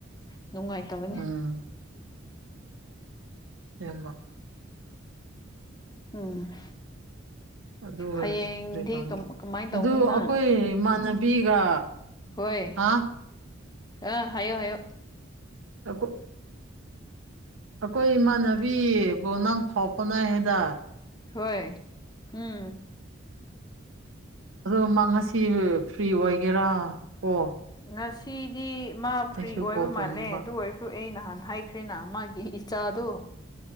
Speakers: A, on the left; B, on the right.
A: ꯅꯨꯡꯉꯥꯏꯇꯕꯅꯦ
B: ꯎꯝ ꯍꯝꯕ
A: ꯎꯝ
B: ꯑꯗꯨ ꯑꯣꯏꯔꯁꯨ
A: ꯍꯌꯦꯡꯗꯤ
B: ꯀ ꯇꯧꯅꯤ
A: ꯀꯃꯥꯏꯅ
B: ꯑꯗꯨ
A: ꯇꯧꯅꯤ ꯅꯪ
B: ꯑꯩꯈꯣꯏ ꯏꯃꯥꯟꯅꯕꯤꯒ
A: ꯍꯣꯏ
B: ꯍꯥ
A: ꯑ ꯍꯥꯏꯌꯣ ꯍꯥꯏꯌꯣ
B: ꯑꯩꯈꯣꯏ ꯑꯩꯈꯣꯏ ꯏꯃꯥꯟꯅꯕꯤꯕꯨ ꯅꯪ ꯐꯥꯎ ꯐꯥꯎꯅꯩ ꯍꯥꯏꯗ
A: ꯍꯣꯏ ꯎꯝ
B: ꯑꯗꯣ ꯃꯥ ꯉꯁꯤ ꯐ꯭ꯔꯤ ꯑꯣꯏꯒꯦꯔꯥ ꯀꯣ
A: ꯉꯁꯤꯗꯤ ꯃꯥ ꯐ꯭ꯔꯤ
B: ꯑꯩꯁꯨ
A: ꯑꯣꯏꯕ
B: ꯀꯣꯜ ꯇꯧꯅꯤꯡꯕ
A: ꯃꯥꯜꯂꯦ ꯑꯗꯨ ꯑꯣꯏꯔꯁꯨ ꯑꯩ ꯅꯍꯥꯟ ꯍꯥꯏꯈ꯭ꯔꯦꯅ ꯃꯥꯒꯤ ꯏꯆꯥꯗꯣ